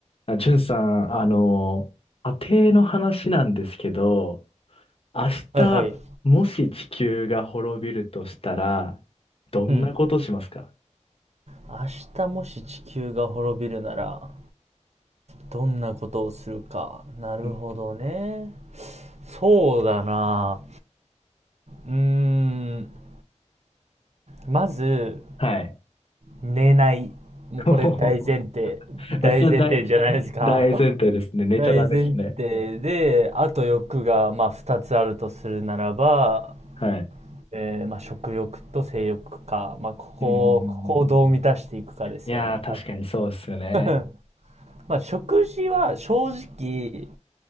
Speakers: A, on the left (about 50°); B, on the right (about 60°).
A: あ、じゅんさん、あの、家庭の話なんですけど、明日、
B: はいはい。
A: もし地球が滅びるとしたら、どんなことしますか
B: うん。明日もし地球が滅びるなら、どんなことをするか。なるほどね。
A: ん
B: そうだな。うーん。まず、
A: はい。
B: 寝ない。もうこれ大前提。
A: <laughs>
B: 大前提じゃないですか。
A: まあ、それ大大、前提。提ですね。寝ちゃダメですね。
B: 大前提で、あと欲が、まあ、二つあるとするならば、
A: はい。
B: えー、まあ、食欲と性欲か。まあ、ここを、
A: うんうんうんうん。
B: ここをどう満たしていくかですよね。
A: いやー、確かにそうですよね。
B: 多分 <laughs> まあ、食事は正直、